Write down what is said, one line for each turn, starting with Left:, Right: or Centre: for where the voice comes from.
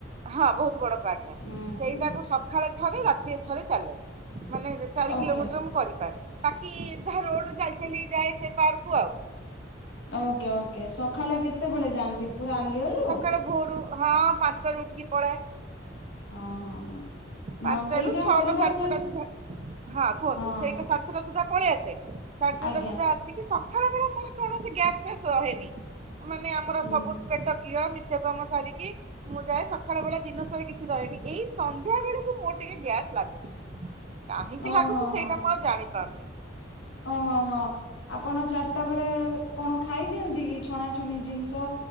Right: ହଁ ବହୁତ ବଡ ପାର୍କ ଟା।
Left: ହୁଁ
Right: ସେଇଟାକୁ
Left: ହୁଁ
Right: ସକାଳେ ଥରେ ରାତି ଥରେ ଚାଲେ। ମାନେ ଯେ ଚାରି
Left: ଓକେ
Right: କିଲୋମିଟର ମୁଁ କରିପାରେ। ବାକି ଯାହା ରୋଡରେ ଚାଲି ଚାଲି ଯାଏ ସେ ପାର୍କୁ ଆଉ।
Left: Okay okay. ସକାଳେ କେତେବେଳେ
Right: ସେତିକି
Left: ଯାଆନ୍ତି ପୁରା ଆଲୁଅରୁ?
Right: ସକାଳେ ଭୋରୁ ହଁ ପାଞ୍ଚଟାରୁ ଉଠିକି ପଳେଏ।
Left: ହଁ ହଁ ହଁ।
Right: ପାଞ୍ଚଟାରୁ
Left: ସେଇଟା
Right: ଛଅଟା
Left: କରିବା
Right: ସାଢେ
Left: ସହିତ
Right: ଛଅଟା ସୁଦ୍ଧା। ହଁ କୁହନ୍ତୁ
Left: ହଁ
Right: ସେଇଟା ସାଡ ଛଅଟା ସୁଦ୍ଧା ପଳେଇ ଆସେ। ସାଢେଛଅ
Left: ଆଜ୍ଞା
Right: ସୁଦ୍ଧା ଆସିକି ସକାଳ ବେଳେ ମୋର କୌଣସି ଗ୍ୟାସ ଫ୍ୟାସ ରହେନି। ମାନେ ଆମର
Left: ହୁଁ
Right: ସବୁ ପେଟ କ୍ଲିୟର ନିତ୍ୟ କର୍ମ ସାରିକି। ମୁଁ ଯାଏ ସକାଳ ବେଳା ଦିନ ସାରା କିଛି ରୁହନି। ଏଇ ସନ୍ଧ୍ୟା ବେଳୁ କୁ ମୋର ଟିକେ ଗ୍ୟାସ୍ ଲାଗୁଛି। କାହିଁକି
Left: ଓହୋ
Right: ଲାଗୁଛି ସେଇଟା
Left: ହଁ
Right: ମୁଁ ଆଉ ଜାଣି ପାରୁନି।
Left: ଓହୋ ହୋ ହ। ଆପଣ ଚାରିଟା ବେଳେ କଣ ଖାଇ ଦିଅନ୍ତି କି ଛଣାଛଣି ଜିନିଷ